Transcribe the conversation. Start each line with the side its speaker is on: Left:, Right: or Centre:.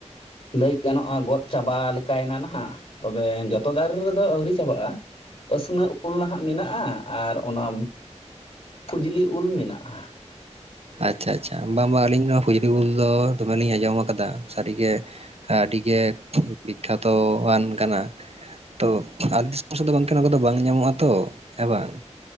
Left: ᱞᱟᱹᱭ ᱜᱟᱱᱚᱜᱼᱟ ᱜᱚᱫ ᱪᱟᱵᱟ ᱞᱮᱠᱟᱭᱮᱱᱟ ᱱᱟᱦᱟᱜ ᱛᱚᱵᱮ ᱡᱚᱛᱚ ᱫᱟᱨᱮ ᱨᱮᱫᱚ ᱟᱹᱣᱨᱤ ᱪᱟᱵᱟᱜᱼᱟ ᱟᱹᱥᱱᱟᱹ ᱩᱞ ᱱᱟᱦᱟᱜ ᱢᱮᱱᱟᱜᱼᱟ ᱟᱨ ᱚᱱᱟ ᱯᱷᱩᱡᱽᱞᱤ ᱩᱞ ᱢᱮᱱᱟᱜᱼᱟ
Right: ᱟᱪᱪᱷᱟ ᱟᱪᱪᱷᱟ ᱵᱟᱝ ᱵᱟᱝ ᱟᱹᱞᱤᱧ ᱱᱚᱣᱟ ᱯᱷᱩᱡᱽᱞᱤ ᱩᱞ ᱫᱚ ᱫᱚᱢᱮ ᱞᱤᱧ ᱟᱸᱡᱚᱢ ᱠᱟᱫᱟ ᱥᱟᱹᱨᱤ ᱜᱮ ᱟᱹᱰᱤ ᱜᱮ ᱵᱤᱠᱠᱷᱟᱛᱣᱚᱟᱱ ᱠᱟᱱᱟ ᱛᱚ ᱫᱚ ᱜᱚᱝᱠᱮ ᱠᱚ ᱫᱚ ᱵᱟᱝ ᱧᱟᱢᱚᱜ ᱟᱛᱚ ᱦᱮᱸ ᱵᱚᱝ